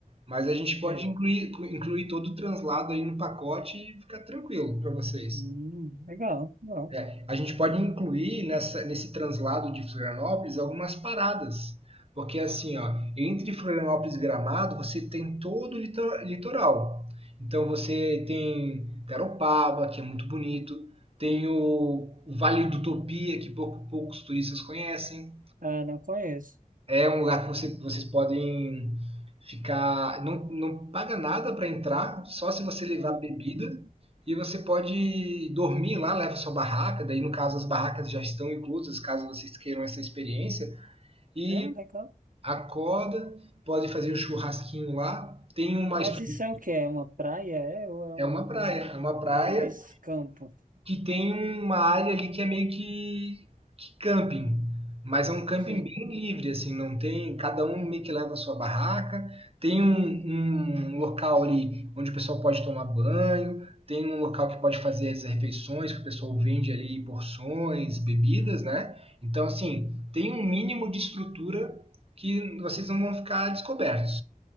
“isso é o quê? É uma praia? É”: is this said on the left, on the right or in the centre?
Right